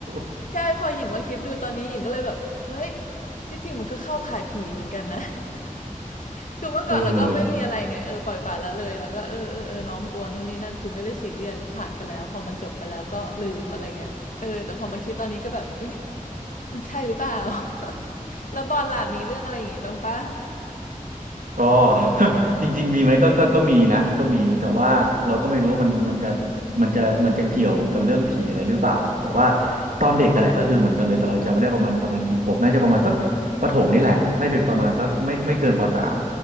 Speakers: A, on the right; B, on the left.
A: <laughs>
B: ใช่พอหญิงมาคิดดูตอนนี้หญิงก็เลยแบบเฮ้ยที่จริงมันก็เข้าข่ายผีเหมือนกันนะ คือเมื่อก่อนเราก็ไม่มีอะไรไงเออปล่อยปละละเลยแล้วก็เออเออเออน้องกลัวนู่นนี่นั่นคือไม่ได้ซีเรียสผ่านไปแล้วพอมันจบไปแล้วก็ลืมอะไรเงี้ยเออแต่พอมาคิดตอนนี้ก็แบบอุ๊ย
A: เออ
B: มันใช่หรือเปล่า <laughs> แล้วบอลล่ะมีเรื่องอะไรอย่างงี้บ้างปะ
A: ก็ <laughs> จริงๆมีไหมก็ก็ก็มีนะก็มีแต่ว่าเราก็ไม่รู้ว่ามันมันจะมันจะมันจะเกี่ยวกับเรื่องผีอะไรหรือเปล่าแต่ว่าตอนเด็กกันแหละก็คือเหมือนกันเลยแต่เราจำไม่ได้ประมาณประมาณกี่ขวบน่าจะประมาณสักประถมนี่แหละน่าจะเป็นประมาณสักไม่ไม่เกินปสาม